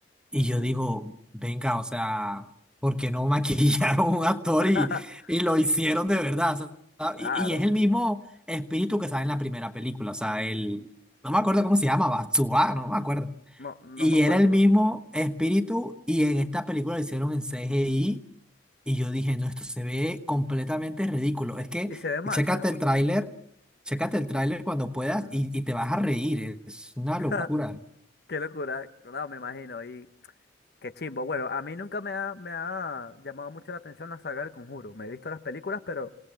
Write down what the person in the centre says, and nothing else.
y
yo digo, venga, o sea, ¿por qué no maquillaron a un actor y,
y lo hicieron de verdad? O sea,
y, y es el mismo espíritu que sale en la primera película, o sea, el, no me acuerdo cómo se llama, Batsuba, no me acuerdo.
Y
era el
mismo espíritu y en esta película lo hicieron en CGI y yo dije, no, esto se ve completamente ridículo. Es que,
chécate
el tráiler, chécate el tráiler cuando puedas
y, y te vas a reír, es una
locura.